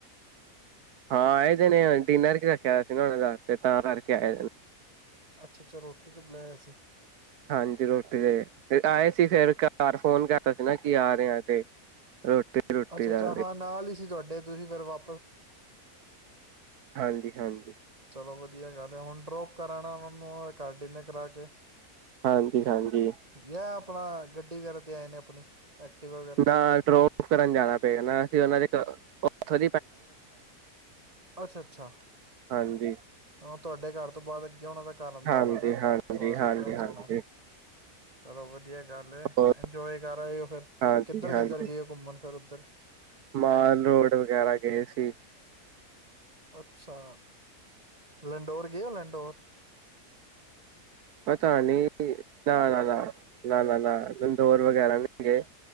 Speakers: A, on the right (about 80°); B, on the right (about 25°).
A: ਹਾਂ ਆਏਦੇ ਨੇ ਡਿਨਰ ਰੱਖਿਆ ਹੋਇਆ ਸੀ ਨਾ ਦਾ ਤਾਂ ਕਰਕੇ ਆਏ
B: ਅੱਛਾ ਅੱਛਾ ਰੋਟੀ ਤੋਂ ਬੁਲਾਇਆ ਸੀਂ
A: ਹਾਂਜੀ ਰੋਟੀ ਦੇ ਆਏ ਸੀ ਫਿਰ ਘਰ ਫੋਨ ਕਰਦਾ ਸੀ ਨਾ ਕੀ ਆ ਰਿਹਾਂ ਤੇ ਰੋਟੀ ਰੋਟੀ
B: ਅੱਛਾ
A: ਦਾ
B: ਅੱਛਾ ਹਾਂ ਨਾਲ ਹੀ ਸੀ ਤੁਹਾਡੇ <inaudible> ਤੁਸੀਂ ਫੇਿਰ ਵਾ
A: ਹਾਂਜੀ ਹਾਂਜੀ
B: ਲੋ ਵਧੀਆ ਗੱਲ ਆ ਹੁਣ ਡਰੋਪ ਕਰਾਣਾ ਉਹਨਾਂ ਨੂੰ ਘਰ ਡਿਨਰ ਕਰਾ ਕੇ
A: ਹਾਂਜੀ ਹਾਂਜੀ
B: ਯਾ ਆਪਣਾ ਗੱਡੀ ਵਗੈਰਾ ਤੇ ਆਏ ਨੇ ਆਪਣੀ ਐਕਟਿਵਾ ਵਗੈਰਾ
A: ਨਾ
B: ਤੇ
A: ਡ੍ਰੌਪ ਕਰਨ ਜਾਣਾ <unintelligible> ਨਾ ਅਸੀਂ ਉਹਨਾਂ ਦੇ ਉੱਥੋਂ
B: ਅੱਛਾ ਅੱਛਾ ਅ
A: ਹਾਂਜੀ।
B: ਤੁਹਾਡੇ ਘਰ ਤੋਂ ਬਾਅਦ ਅੱਗੇ ਹੋਣਾ ਦਾ ਕਾਰਨ
A: ਹਾਂਜੀ-ਹਾਂਜੀ-ਹਾਂਜੀ-ਹਾਂਜੀ
B: ਦਾ ਹੋਣਾ ਨਾ ਥੋੜ੍ਹਾ ਡਿਫਰੈਂਸ ਹੋਣਾ ਐ ਚਲੋ ਵਧੀਆ ਗੱਲ ਏ
A: ਹੋਰ
B: ਇੰਜੋਏ ਕਰ ਆਯੋ ਫਰ
A: ਹਾਂਜੀ-ਹਾਂਜੀ
B: ਕਿੱਧਰ ਕਿੱਧਰ ਗਏ ਘੁੰਮਣ ਫਿਰ ਉੱਧਰ
A: ਮਾਲ ਰੋਡ ਵਗੈਰਾ, ਗਏ ਸੀ।
B: ਅੱਛਾ! ਲੈਂੰਡੋਰ ਗੇਔ ਲੈਂਡੋਰ।
A: ਪਤਾ ਨੀ, ਨਾ- ਨਾ- ਨਾ -ਨਾ -ਨਾ -ਨਾ ਬਿਲ ਦੋਰ ਵਗੈਰਾ ਨੀ ਗਏ,